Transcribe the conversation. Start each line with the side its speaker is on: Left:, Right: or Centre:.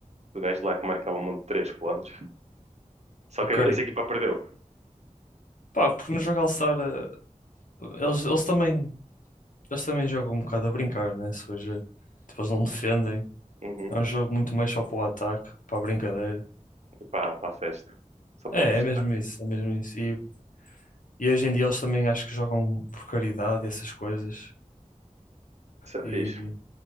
Right: do gajo lá que marcava um monte de três pontos. Só
Left: O
Right: que
Left: Curry.
Right: essa equipa perdeu.
Left: Pá, porque no jogo All-Star eh, eles, eles também. Eles também jogam um bocado a brincar, né? Se hoje, tipo, eles não defendem.
Right: Uhum.
Left: É um jogo muito mais só para o ataque, para a brincadeira.
Right: E para a festa. Só para
Left: É,
Right: mostrar.
Left: é mesmo isso, é mesmo isso. E, e hoje em dia eles também acho que jogam por caridade e essas coisas.
Right: Isso é
Left: E
Right: fixe.